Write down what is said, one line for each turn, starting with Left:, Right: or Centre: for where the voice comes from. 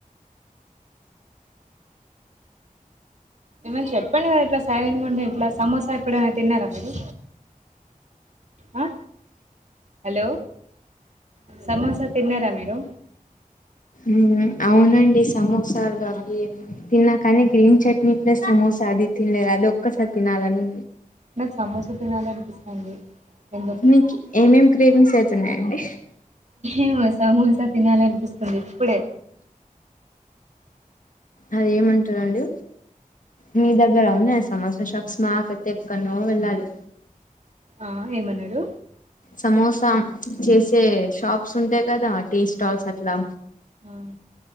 Right: ఏమనా చెప్పండి కదా ఇట్లా సైలెంట్ గా ఉంటే ఎట్లా సమోసా ఎప్పుడైనా తిన్నారా మీరు ఆ హలో సమోసా తిన్నారా మీరు
Left: ఉం అవునం సమోస అవి తిన్నాకాని గ్రీన్ చట్నీ ప్లస్ సమోసా అది తినలేద్ అది ఒక్కస తినాలని
Right: నాక్ సమోస తినాలనిపిస్తంది ఎందుక్
Left: మీకు ఏమేం క్రేవింగ్స్ అయితున్నాయండి
Right: ఏమో సామోస తినాలనిపిస్తుంది ఇప్పుడే
Left: అదేమంటారండి మీ దగ్గర వున్నాయా సమోసా షప్స్ మాకైతే ఎక్కన్నో వెళ్ళాలి
Right: ఆ ఏమన్నారు
Left: సమోసాం చేసే షాప్స్ ఉంటాయి కదా టీ స్టాల్స్ అట్లా
Right: ఆ